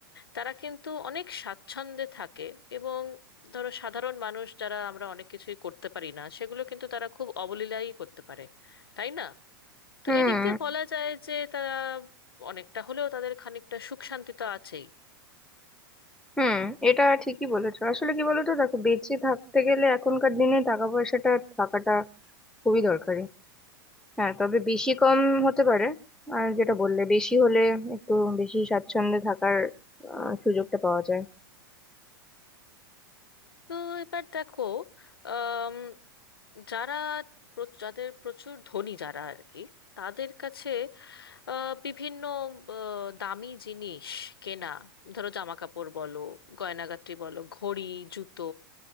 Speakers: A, on the left; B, in the centre.
A: তারা কিন্তু অনেক স্বাচ্ছন্দ্যে থাকে এবং ধরো সাধারণ মানুষ যারা আমরা অনেক কিছুই করতে পারি না সেগুলো কিন্তু তারা খুব অবলীলায় করতে পারে তাই না তো
B: হুম
A: এদিক দিয়ে বলা যায় যে তারা অনেকটা হলেও তাদের খানিকটা সুখ শান্তি তো আছেই
B: হুম এটা ঠিকই বলেছো আসলে কি বলতো দেখো বেঁচে থাকতে গেলে এখনকার দিনে টাকা পয়সাটা থাকাটা খুবই দরকারি হ্যাঁ তবে বেশি কম হতে পারে আর যেটা বললে বেশি হলে একটু বেশি স্বাচ্ছন্দ্যে থাকার আহ, সুযোগটা পাওয়া যায়
A: তো এবার দেখো আম, যারা প্র- যাদের প্রচুর ধনী যারা আর কি তাদের কাছে আহ, বিভিন্ন আহ, দামি জিনিস কেনা ধরো জামা কাপড় বলো গয়নাগাটি বলো ঘড়ি জুতো